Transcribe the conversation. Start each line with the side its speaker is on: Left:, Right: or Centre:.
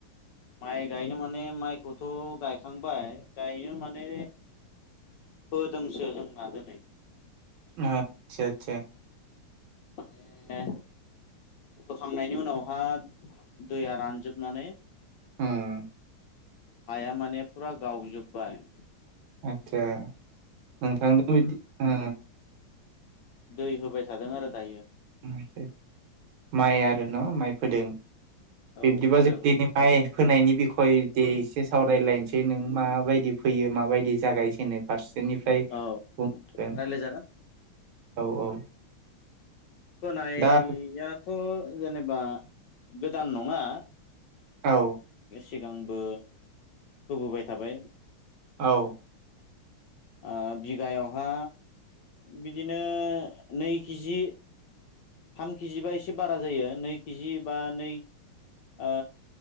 Left: माइ गायनो माने माइखौथ' गायखांबाय गायनो माने होदोंसो जोंना दोनै।
Right: आदसा सा।
Left: माने बोखांनायनि उनावहा दैया रानजोबनानै
Right: उम
Left: हाया माने फुरा गावजोबबाय।
Right: आदसा नोंथांदों बिदि ओ।
Left: दै होबाय थादों आरो दायो।
Right: आदसा सा माइ आरो न' माइ फोदों।
Left: औ
Right: बिब्दिबा
Left: फोदों
Right: जों दिनै माइ फोनायनि बिखयदि एसे सावरायलायनोसै नों माबायदि फोयो माबायदि जागाय जेनो फारसेनिफ्राय बुं
Left: औ
Right: गोन।
Left: रायलायजागोन
Right: औ औ।
Left: फोनायाथ'
Right: दा
Left: जेनेबा गोदान नङा
Right: औ।
Left: सिगांबो होबोबाय थाबाय।
Right: औ।
Left: ओ बिगायावहा बिदिनो नै केजि थाम केजि बा एसे बारा जायो नै केजि बा नै ओ